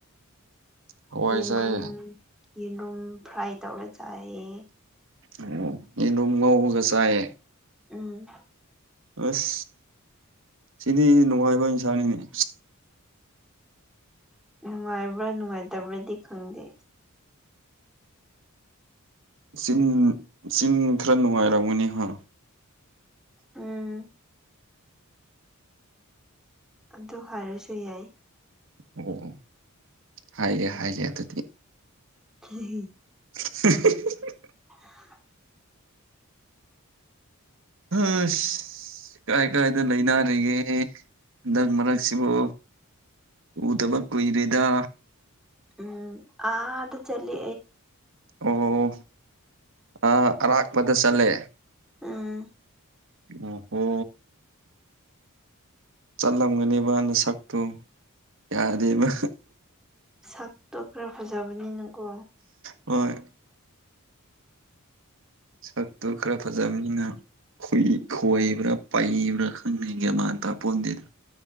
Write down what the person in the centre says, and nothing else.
ꯌꯦꯟꯗꯨꯝ
ꯌꯦꯟꯔꯨꯝ ꯐ꯭ꯔꯥꯏ ꯇꯧꯔ ꯆꯥꯏꯑ
ꯎꯝ
ꯅꯨꯡꯉꯥꯏꯕ꯭ꯔꯥ ꯅꯨꯡꯉꯥꯏꯇꯕ꯭ꯔꯗꯤ ꯈꯪꯗꯦ
ꯎꯝ ꯑꯗꯨ ꯍꯥꯏꯔꯁꯨ ꯌꯥꯏ
ꯎꯝ
<inaudible>
ꯎꯝ ꯑ ꯑꯗ ꯆꯂ
ꯑꯥ
ꯁꯛ ꯇꯣꯛꯈ꯭ꯔ ꯐꯖꯕꯅꯤꯅꯀꯣ